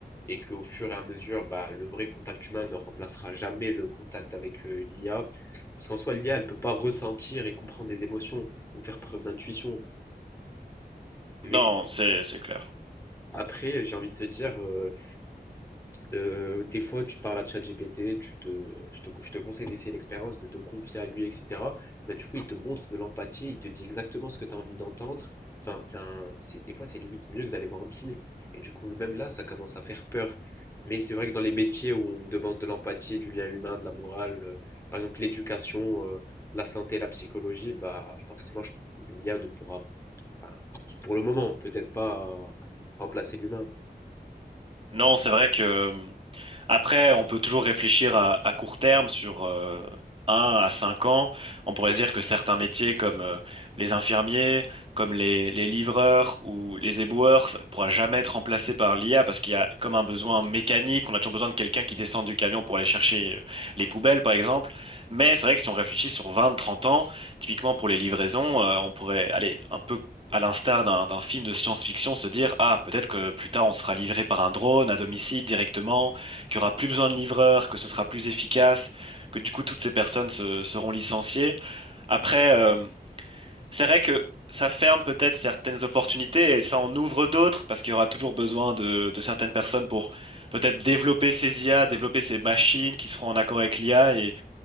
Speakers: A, on the left (about 15°); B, on the right (about 35°).
A: et qu'au fur et à mesure, bah, le vrai contact humain ne remplacera jamais le contact avec euh, une IA. Parce qu'en soi, l'IA, elle ne peut pas ressentir et comprendre les émotions ou faire preuve d'intuition. Mais
B: Non, c'est c'est clair.
A: après, j'ai envie de te dire, euh, Heu, des fois, tu parles à ChatGPT, tu te je te je te conseille d'essayer l'expérience, de te confier à lui et cetera. Bah, du coup, il te montre de l'empathie, il te dit exactement ce que tu as envie d'entendre. Enfin, c'est un c'est des fois, c'est limite mieux que d'aller voir un psy et du coup, même là, ça commence à faire peur. Mais c'est vrai que dans les métiers où on demande de l'empathie, du lien humain, de la morale, heu, par exemple l'éducation, heu, la santé, la psychologie, bah, forcément, je l'IA ne pourra, enfin, pour le moment, peut-être pas euh, remplacer l'humain.
B: Non, c'est vrai que Après, on peut toujours réfléchir à, à court terme sur euh, 1 à 5 ans. On pourrait se dire que certains métiers comme euh, les infirmiers, comme les, les livreurs ou les éboueurs, ça ne pourra jamais être remplacé par l'IA parce qu'il y a comme un besoin mécanique. On a toujours besoin de quelqu'un qui descende du camion pour aller chercher euh, les poubelles, par exemple. Mais c'est vrai que si on réfléchit sur 20, 30 ans, typiquement pour les livraisons, euh, on pourrait aller un peu à l'instar d'un d'un film de science-fiction, se dire, ah, peut-être que plus tard on sera livré par un drone à domicile directement, qu'il y aura plus besoin de livreurs, que ce sera plus efficace, que du coup toutes ces personnes se- seront licenciées. Après, euh, c'est vrai que ça ferme peut-être certaines opportunités et ça en ouvre d'autres parce qu'il y aura toujours besoin de, de certaines personnes pour peut-être développer ces IA, développer ces machines qui seront en accord avec l'IA et